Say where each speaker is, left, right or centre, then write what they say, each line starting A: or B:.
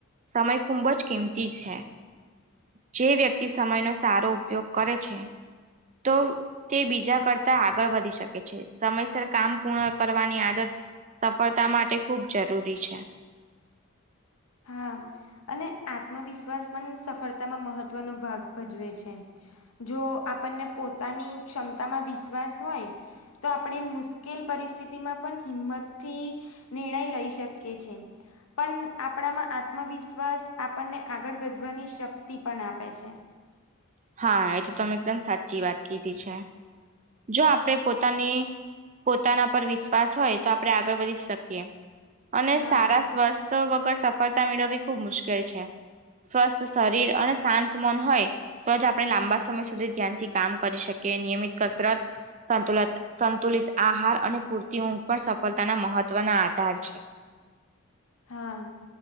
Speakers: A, on the right; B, on the left.
A: સમય ખૂબ જ કિંમતી છે. જે વ્યક્તિ સમયનો સારો ઉપયોગ કરે છે. તો તે બીજા કરતા આગળ વધી શકે છે સમયસર કામ પૂર્ણ કરવાની આદત સફળતા માટે ખૂબ જરૂરી છે.
B: હા અને આત્મવિશ્વાસ પણ સફળતામાં મહત્વનો ભાગ ભજવે છે. જો આપણને પોતાની ક્ષમતા માં વિશ્વાસ હોય તો આપણે મુશ્કેલ પરિસ્થિતિમાં પણ હિંમતથી નિર્ણય લઈ શકીએ છે પણ આપણામાં આત્મવિશ્વાસ આપણને આગળ વધવાની શક્તિ પણ આપે છે.
A: હા એ તો તમે એકદમ સાચી વાત કીધી છે. જો આપણે પોતાની પોતાના પર વિશ્વાસ હોય તો આપણે આગળ વધી શકીએ અને
B: હા.
A: સારા સ્વસ્થ તા વગર સફળતા મેળવવી ખુબ મુશ્કેલ છે. સ્વસ્થ શરીર અને શાંત મન હોય. તો જ આપણે લાંબા સમય સુધી ધ્યાનથી કામ કરી શકીએ નિયમિત કસરત સંતુલન સંતુલિત આહાર અને પૂરતી ઊંઘ પણ સફળતાના મહત્વના આધાર છે.
B: હા.